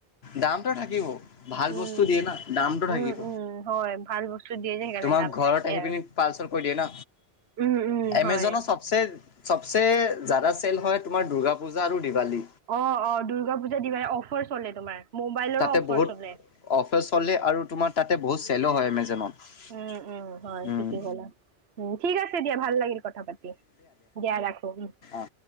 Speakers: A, on the left; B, on the right.
A: দামটো থাকিব ভাল
B: উম
A: বস্তু দিয়ে না দামটো
B: উম
A: থাকিব
B: উম হয় ভাল বস্তু দিয়ে যে সেইকাৰণে
A: তোমাক
B: দাম
A: ঘৰত
B: থাকে
A: আহি
B: আৰু
A: পিনি পাৰচেল গৈ দিয়ে ন
B: উম উম
A: এমেজনৰ
B: হয়
A: চবচে চবচে জাদা চেল হয় তোমাৰ দূৰ্গা পূজা আৰু দিৱালী
B: অহ অহ দুৰ্গা পূজা, দিৱালী অফাৰ চলে তোমাৰ মোবাইলৰ
A: তাতে
B: অফাৰ
A: বহুত
B: চলে
A: অফাৰ চলে আৰু তোমাৰ তাতে বহুত চেলো হয় এমেজনত
B: উম উম হয়
A: উম
B: ঠিকেই ক'লা। উম ঠিক আছে দিয়া ভাল লাগিল কথা পাতি দিয়া ৰাখো উম
A: অ